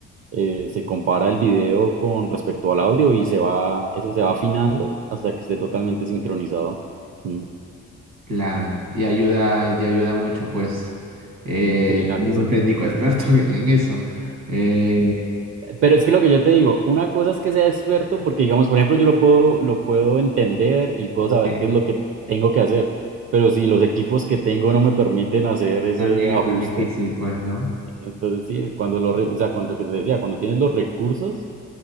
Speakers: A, on the right; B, on the right.
A: eh, se compara el video con respecto al audio y se va, eso se va afinando hasta que esté totalmente sincronizado. Mm.
B: Claro, y ayuda, y ayuda mucho, pues, eh,
A: Sí, a
B: tener
A: que
B: un
A: se,
B: técnico <laughs> experto en en eso. Eh,
A: Pero es que lo que yo te digo, una cosa es que sea experto, porque digamos, por ejemplo, yo lo puedo, lo puedo entender y puedo saber
B: sí,
A: qué es lo que tengo que hacer, pero si los equipos que tengo no me permiten hacer ese
B: también es
A: ajuste,
B: más difícil, pues, ¿no?
A: entonces sí, cuando lo, re- o sea, cuando lo que te decía, cuando tienes los recursos,